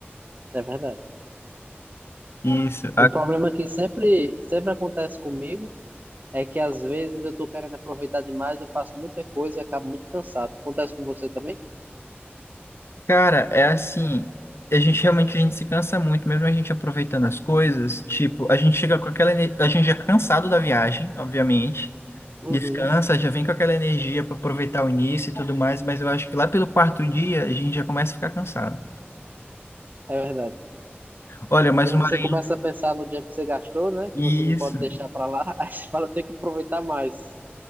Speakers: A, on the right; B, on the left.
A: é verdade.
B: Isso.
A: Um problema que sempre, sempre acontece comigo é que às vezes eu tô querendo aproveitar demais, eu faço muita coisa e acabo muito cansado. Acontece com você também?
B: Cara, é assim, a gente realmente a gente se cansa muito, mesmo a gente aproveitando as coisas, tipo, a gente chega com aquela, ener- a gente já é cansado da viagem, obviamente,
A: Uhum.
B: descansa, já vem com aquela energia para aproveitar o início e tudo mais, mas eu acho que lá pelo quarto dia a gente já começa a ficar cansado.
A: É verdade.
B: Olha, mas
A: E aí
B: o
A: você
B: Maranhão,
A: começa a pensar no dinheiro que você gastou, né? Que
B: isso,
A: você não pode deixar pra lá. <laughs> Aí você fala, tem que aproveitar mais.